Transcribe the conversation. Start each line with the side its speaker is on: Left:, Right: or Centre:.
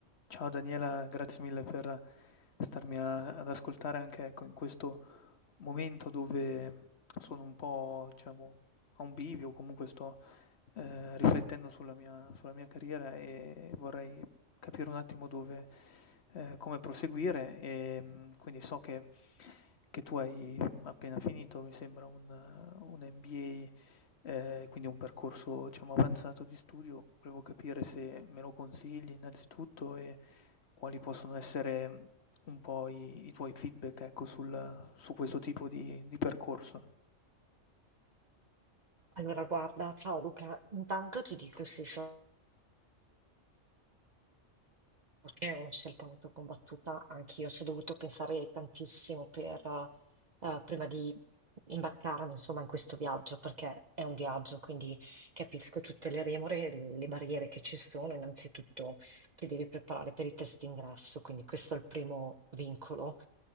Left: Ciao Daniela, grazie mille per starmi a- ad ascoltare anche ecco, in questo momento dove sono un po', diciamo, a un bivio, comunque sto eh, riflettendo sulla mia, sulla mia carriera e vorrei capire un attimo dove, eh, come proseguire e mm, quindi so che, che tu hai appena finito, mi sembra, un, un MBA Ehm, quindi è un percorso, diciamo, avanzato di studio. Volevo capire se me lo consigli innanzitutto e quali possono essere, mhmm, un po' i i tuoi feedback, ecco, sul su questo tipo di di percorso.
Right: Allora guarda, ciao Luca, intanto ti dico sì, sono che è una scelta molto combattuta, anch'io ci ho dovuto pensare tantissimo per, eh, prima di imbarcarmi, insomma, in questo viaggio, perché è un viaggio, quindi capisco tutte le remore, e le barriere che ci sono. Innanzitutto ti devi preparare per i test d'ingresso, quindi questo è il primo vincolo.